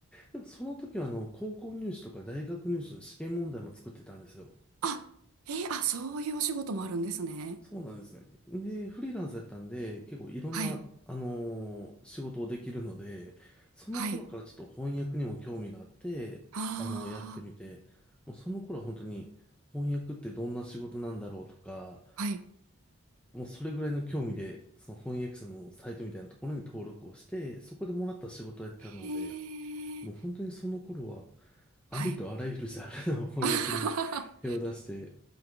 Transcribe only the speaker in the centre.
でもその時はあの、高校入試とか大学入試の試験問題も作ってたんですよ。
そうなんですね。で、フリーランスだったんで、結構いろんな、
あのー仕事をできるので、その頃からちょっと翻訳にも興味があって、
あのやってみて、もうその頃は本当に翻訳ってどんな仕事なんだろうとか、
もうそれぐらいの興味で、その翻訳者のサイトみたいなところに登録をして、そこでもらった仕事をやってたので、
もう本当にその頃は、ありとあらゆるジャンルの翻訳に手を出して